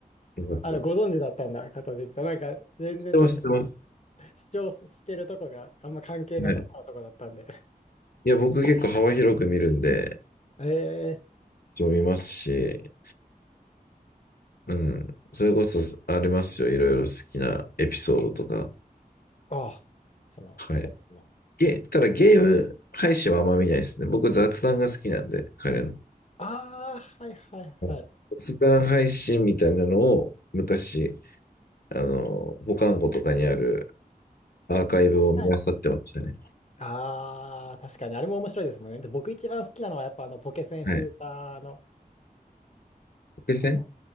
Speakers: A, on the left (about 75°); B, on the left (about 45°).
A: よかった。
B: あ、ご存知だったんだ、加藤純一さん。なんか、全然ちょっと
A: 知ってます、知ってます。
B: 主張してるとこがあんま関係なさそうなとこだったんで。
A: はい。いや、僕結構幅広く見るんで、
B: ええ
A: 一応見ますし、うん。それこそありますよ。いろいろ好きなエピソードとか。
B: あ <laughs> あ、その、
A: はい。
B: 加藤さんの。
A: ゲ、ただゲーム配信はあんま見ないですね。僕雑談が好きなんで、彼の。
B: ああ、はいはいはい。
A: はい雑談配信みたいなのを昔、あの、保管庫とかにあるアーカイブを見漁ってましたね。
B: はい。ああ、確かに、あれも面白いですもんね。で、僕一番好きなのは、やっぱあの、ポケセン封鎖の、
A: はい。決戦
B: あの、